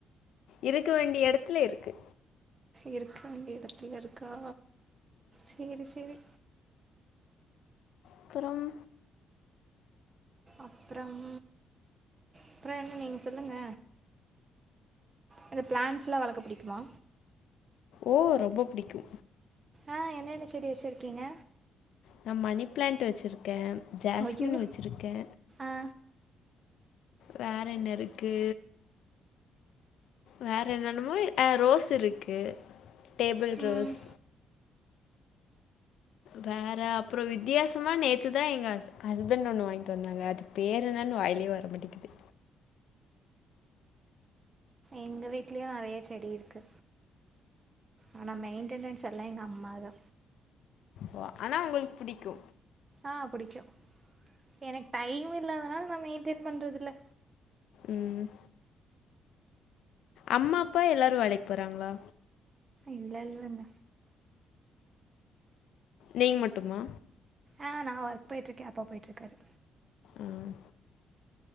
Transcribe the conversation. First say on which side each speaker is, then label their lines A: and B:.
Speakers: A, on the left; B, on the right.
A: இருக்க வேண்டிய எடத்துல இருக்கு
B: இருக்க வேண்டிய எடத்துல இருக்கா சேரி சேரி
A: அப்புறம்
B: அப்றம் அப்றோ என்ன நீங்க சொல்லுங்க அந்த பிளான்ட்ஸ் எல்லா வளக்க படிக்குமா
A: ஓ ரொம்ப புடிக்கு
B: ஆ என்னென்ன செடி வச்சிருக்கீங்க
A: நா மணி பிளான்ட் வச்சுருக்கே ஜாஸ்மின்
B: ஐயோ
A: வச்சுருக்கே
B: ஆ
A: வேற என்ன இருக்கு வேற என்னென்னமோ அ ரோஸ் இருக்கு டேபிள் ரோஸ்
B: ம்
A: வேற அப்றோ வித்தியாசமா நேத்துதா எங்க ஹஸ் ஹஸ்பண்ட் ஒன்னு வாங்கிட்டு வந்தாங்க அது பேர் என்னனு வாயிலே வர மாட்டிகிது
B: எங்க வீட்லயு நெறைய செடி இருக்கு ஆனா மெயின்டனன்ஸ் எல்லா எங்க அம்மா தா
A: ஓ ஆனா உங்ளுக்கு புடிக்கு
B: ஆ புடிக்கு எனக்கு டைம் இல்லாதனால நா மெயின்டென் பண்றதில்ல
A: ம் அம்மா அப்பா எல்லாரு வேலைக்கு போறாங்களா
B: இல்ல இல்லங்க
A: நீங் மட்டுமா
B: ஆ நா ஒர்க் போயிட்டிருக்கே அப்பா போயிட்டிருக்காரு
A: ம்